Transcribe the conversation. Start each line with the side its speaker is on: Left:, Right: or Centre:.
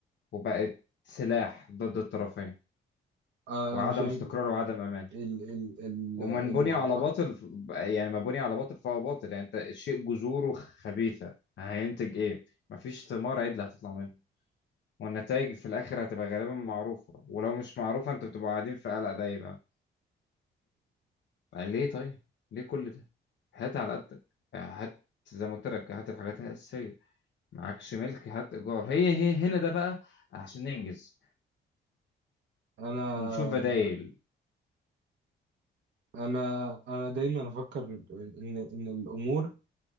Left: وبقت سلاح ضد الطرفين
Right: آه، أنا
Left: وعدم
Right: مش فاهم
Left: استقرار وعدم أمان
Right: ال ال ال
Left: ومن بني
Right: الأعضاء
Left: على باطل يعني ما بني على باطل فهو باطل يعني انت الشيء جذوره خبيثة هينتج ايه مفيش ثمار عدل هتطلع منه والنتائج في الاخر هتبقى غالبا معروفة ولو مش معروفة انت بتبقى قاعدين في قلق دايما ليه طيب ليه كل ده هات على قدك هات زي ما قلت لك هات الحاجات الأساسية معكش ملك هات ايجار هي هي هنا ده بقى عشان ننجز
Right: أنا
Left: نشوف بدايل
Right: أنا أنا دايما أفكر إن إن الأمور